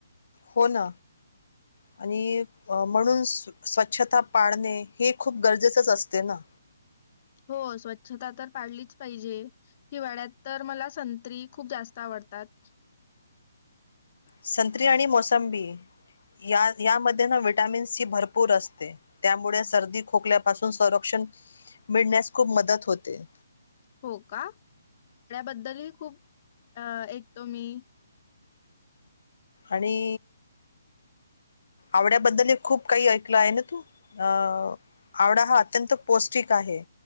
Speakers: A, on the left; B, on the left.
A: हो ना आणि म्हणून सु स्वच्छता पाळणे हे खूप गरजेचंच असते ना.
B: हो स्वच्छता तर पाडलीच पाहिजे. हिवाळ्यात तर मला संत्री खूप जास्त आवडतात.
A: संत्री आणि मोसंबी या यामध्ये ना विटॅमिन सी भरपूर असते. त्यामुळे सर्दी खोकल्यापासून संरक्षण मिळण्यास खूप मदत होते.
B: हो का याबद्दलही खूप अ ऐकतो मी.
A: आणि आवड्याबद्दल ही खूप काही ऐकलं आहे ना तू अ आवडा हा अत्यंत पौष्टिक आहे